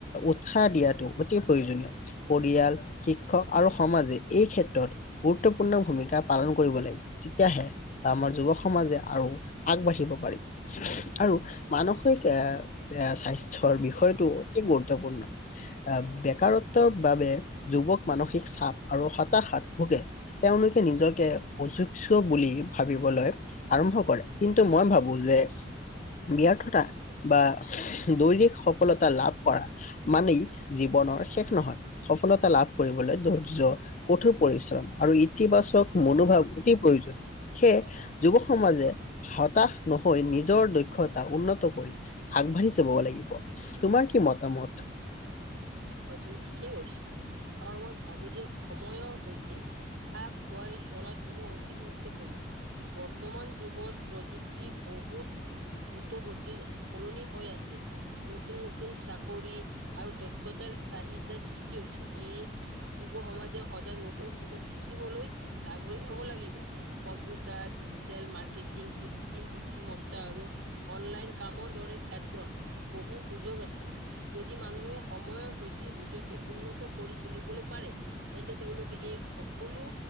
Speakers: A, on the left (about 40°); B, on the right (about 90°).
A: উৎসাহ দিয়াটো অতি প্ৰয়োজনীয়। পৰিয়াল শিক্ষক আৰু সমাজে এই ক্ষেত্ৰত গুৰুত্বপূৰ্ণ। পূৰ্ণ ভূমিকা পালন কৰিব লাগিব তেতিয়াহে আমাৰ যুৱ সমাজে আৰু আগবাঢ়িব পাৰিব আৰু মানসিক স্বাস্থ্যৰ বিষয়টো অতি গুৰুত্বপূৰ্ণ আহ বেকাৰত্বৰ বাবে যুৱক মানসিক চাপ আৰু হতাশাত ভোগে তেওঁলোকে নিজকে অযোগ্য বুলি ভাবিবলৈ আৰম্ভ কৰে কিন্তু মই ভাবো যে ব্যৰ্থতা বা দৈনিক সফলতা লাভ কৰা মানেই জীৱনৰ শেষ নহয়। সফলতা লাভ কৰিবলৈ ধৈৰ্য্য কঠোৰ পৰিশ্ৰম। আৰু ইতিবাচক মনোভাৱ অতি প্ৰয়োজন। সেইয়ে যুৱ সমাজে হতাশ নহৈ নিজৰ দক্ষতা উন্নত কৰি- আগবাঢ়ি যাবগে লাগিব। তোমাৰ কি মতামত?
B: হয়, তুমি ঠিকেই কৈছা আৰু মই ভাবোঁ যে সময়ৰ সৈতে- খাপ খুৱাই চলাটোও অতি গুৰুত্বপূৰ্ণ। বৰ্তমান যুগত প্ৰযুক্তি বহুত- দ্ৰুত গতি সলনি হৈ আছে, নতুন নতুন চাকৰি আৰু দক্ষ তাৰ চাহিদাৰ সৃষ্টি হৈছে। সেইয়ে- যুৱ সমাজে সদায় নতুন কিবা শিকিবলৈ আগ্ৰহী হ'ব লাগিব। কম্পিউটাৰ, ডিজিটেল মাৰ্কেটিং, কৃত্ৰিম বুদ্ধিমত্তা আৰু- অনলাইন কামৰ দৰে ক্ষেত্ৰত- বহু সুযোগ আছে, যদি মানুহে সময়ৰ সৈতে নিজ- কে উন্নত কৰি তুলিবলৈ পাৰে তেন্তে তেওঁলোকে এই সকলো-